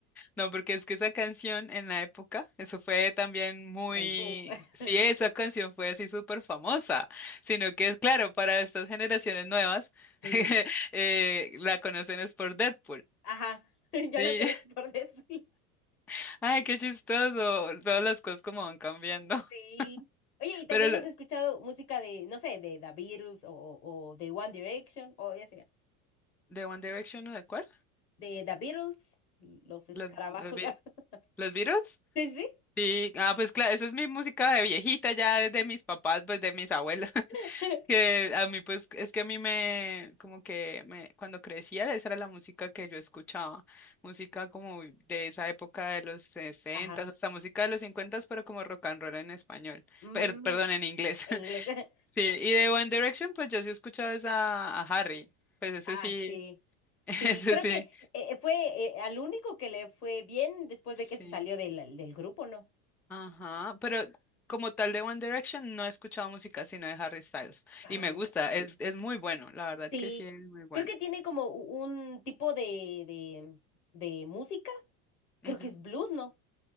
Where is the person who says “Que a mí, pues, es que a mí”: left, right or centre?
Centre